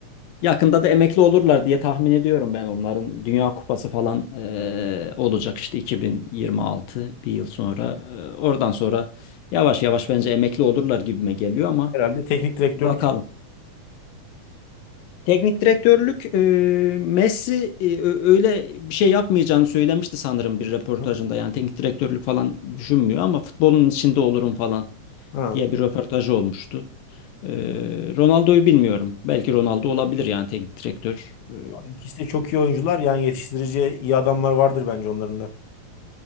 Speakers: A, on the left; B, on the left.
A: Yakında da emekli olurlar diye tahmin ediyorum ben onların Dünya Kupası falan e, olacak işte 2026 bir yıl sonra. E, oradan sonra yavaş yavaş bence emekli olurlar gibime geliyor ama
B: Herhalde teknik direktörlük
A: bakalım. Teknik direktörlük e, Messi e, ö- öyle bir şey yapmayacağını söylemişti sanırım bir röportajında.
B: yaptı.
A: Yani teknik direktörlük falan düşünmüyor ama futbolun içinde olurum falan
B: Ha.
A: diye bir röportajı olmuştu. E, Ronaldo'yu bilmiyorum. Belki Ronaldo olabilir yani teknik direktör. E,
B: Abi ikisi de çok iyi oyuncular. Yani yetiştirici iyi adamlar vardır bence onların da.